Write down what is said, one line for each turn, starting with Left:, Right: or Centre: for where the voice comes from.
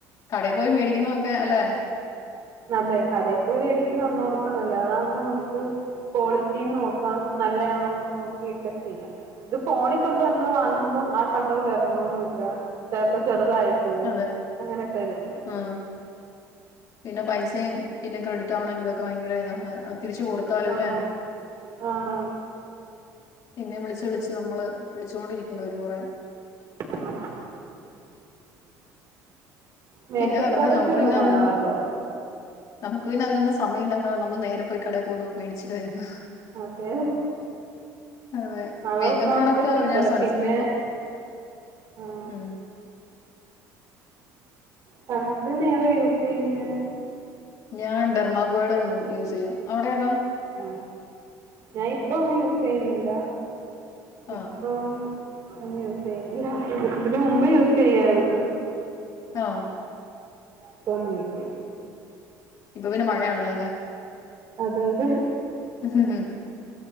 Left: കടയിൽ പോയി മേടിക്കുന്നൊക്കെ അല്ലെ
Right: അതെ കടയിൽ പോയി മേടിക്കുന്നത് ഒന്നോർത്തന്നല്ല അതകുമ്പോ നമുക്ക് ക്വാളിറ്റി നോക്കാം നല്ലയാണോ നോക്കിട്ട് ചെയ്യാം ഇത് ഫോണി കണ്ട് നമ്മൾ വാങ്ങുമ്പം ആ കളർ വരണോന്നുല്ല ചെപ്പോ ചെറുതായി പോ
Left: അതെ
Right: അങ്ങനൊക്കെ വരത്തില്ല
Left: ആഹ് പിന്നെ പൈസയും പിന്നെ ക്രെഡിറ്റ് ആവണെങ്കിലും ഒക്കെ ഭയങ്കര ഇതാണ് തിരിച്ചു കൊടുത്താലും
Right: ആ
Left: അല്ലെ
Right: ഹാ ആണ്
Left: പിന്നേം വിളിച്ച് വിളിച്ച് നമ്മള് വിളിച്ചോണ്ടിരിക്കണ്ടവരും കുറെ
Right: ആഹ് മേക്കപ്പ്
Left: പിന്നെ വെറുതെ
Right: പ്രോഡക്റ്റ്
Left: നമുക്ക്
Right: വേല്ലാം
Left: പിന്നെ
Right: വാങ്ങാറുണ്ടോ
Left: അതിനൊന്നും നമുക്ക് പിന്നെ അതിനൊന്നും സമയമില്ലാത് നമ്മ നേരെ പോയി കടയില് പോന്നു മേടിച്ചിട്ട് വരും
Right: അതെ
Left: അതെ
Right: അതൊന്നോർത്ത്
Left: മേക്കപ്പ് പ്രോഡക്റ്റ
Right: സിമ്പിള്
Left: ഞാൻ സൺസ്ക്രീമും
Right: പിന്നെ ആഹ്
Left: ഉ
Right: സൺസ്‌ക്രീമ്മെത യൂസ് ചെയുന്നെ
Left: ഞാൻ ഡെർമാഗോയിഡ യൂസ് ചെയ്യും അവിടെ ഏതാ
Right: അ ഞൻ ഇപ്പ ഒന്നും യൂസ് ചെയ്യുന്നില്ല
Left: ആഹ്.
Right: ഇപ്പം ഒന്നും യൂസ്ചെയ്യുന്നില്ല ഇതിന് മുമ്പ് യൂസ് ചെയ്യായിരുന്നു
Left: ആ
Right: ഇപ്പൊന്നും യൂസ് ചെ
Left: ഇപ്പൊ പിന്നെ മഴയാണല്ലോ അല്ലെ
Right: അതെ അതെ
Left: ഉം ഊ ഉം